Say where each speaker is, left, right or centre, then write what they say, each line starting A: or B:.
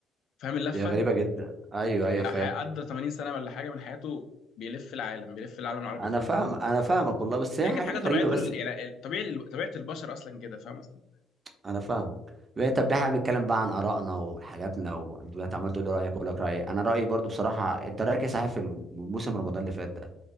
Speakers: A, on the left; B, on the right.
A: فاهم اللفه
B: هي غريبة جدا ايوه ايوه
A: يعني
B: فاهم
A: ح- قضى 80 سنه ولا حاجه من حياته بيلف العالم بيلف العالم العربي
B: انا
A: كله
B: فاهم انا فاهمك والله بس هي
A: هي كانت
B: حاجة
A: حاجه طبيعيه
B: غريبة
A: طول
B: بس
A: ال- يعني ال- طبيعي لل- طبيعه البشر اصلا كده فاهم قصدي؟
B: انا فاهمك بقى- طب احنا بنتكلم بقى عن ارائنا وحاجاتنا وانت دلوقتي عمال تقول لي رايك واقول لك رايي انا رايي برضو بصراحه انت رايك ايه صحيح في الم- موسم رمضان اللي فات ده